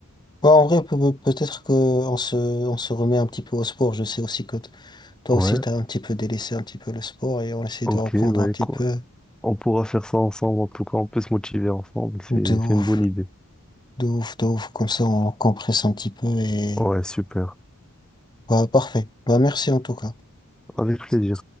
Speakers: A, on the left; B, in the centre.
A: Ouais, en vrai, peut- peut-être que on se, on se remet un petit peu au sport. Je sais aussi que t- toi
B: Ouais,
A: aussi, t'as un petit peu délaissé un petit peu le sport et on essaie
B: ok,
A: de reprendre
B: ouais,
A: un petit
B: quoi.
A: peu
B: On pourra faire ça ensemble, en tout cas, on peut se motiver ensemble, c'est
A: de ouf.
B: c'est une bonne idée.
A: De ouf, de ouf. Comme ça, on compresse un petit peu et...
B: Ouais, super.
A: Bah, parfait. Bah, merci en tout cas.
B: Avec plaisir.